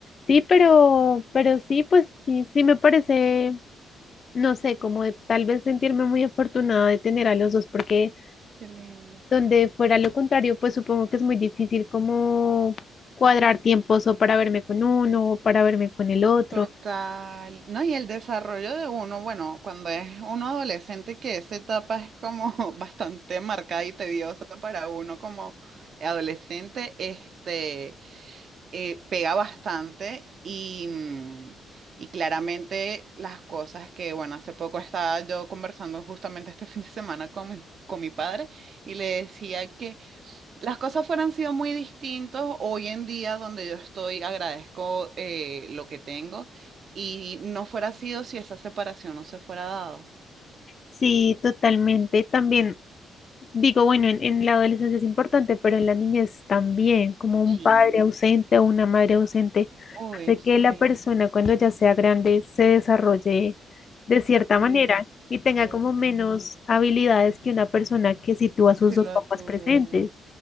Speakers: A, on the left; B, on the right.
A: sí, pero, pero sí, pues sí, sí me parece, no sé, como de tal vez sentirme muy afortunada de tener a los dos, porque
B: Qué lindo.
A: donde fuera lo contrario, pues supongo que es muy difícil como cuadrar tiempos o para verme con uno o para verme con el otro.
B: Total, ¿no? Y el desarrollo de uno, bueno, cuando es uno adolescente, que esa etapa es como <laughs> bastante marcada y tediosa para uno como adolescente, este, eh, pega bastante y, mm, y claramente las cosas que, bueno, hace poco estaba yo conversando justamente este <laughs> fin de semana con mi, con mi padre y le decía las cosas fueran sido muy distintas hoy en día donde yo estoy, agradezco eh, lo que tengo y no fuera sido si esa separación no se fuera dado.
A: Sí, totalmente. También digo, bueno, en, en la adolescencia es importante, pero en la niñez también, como un
B: Sí,
A: padre ausente o una madre ausente,
B: uy,
A: hace
B: sí,
A: que la persona cuando ya sea grande se desarrolle de cierta
B: sí,
A: manera y tenga
B: correcto.
A: como menos habilidades que una persona que sitúa a sus
B: Sí,
A: dos
B: lo
A: papás
B: tu-
A: presentes.